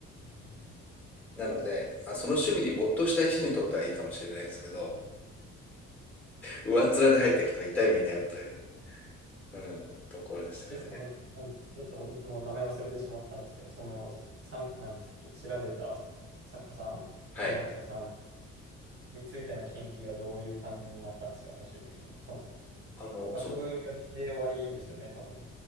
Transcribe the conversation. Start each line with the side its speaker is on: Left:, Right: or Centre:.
Right: うんうん
Centre: なので、まあ、その趣味に没頭したい人にとってはいいかもしれないですけど、
Right: うん
Centre: 上っ面で入っていくと痛い目に遭うという、うん、ところでしたかね。
Right: で、その、なんですちょっとおもう名前忘れてしまったんですけど、その、さん、なんですっけ、調べたさ作家さん、
Centre: はい。
Right: 文学者さんについての研究がどういう感じになったんですか、最終的に。その、
Centre: あの、
Right: 学部4年で終わりですよね、
Centre: そう。
Right: 多分。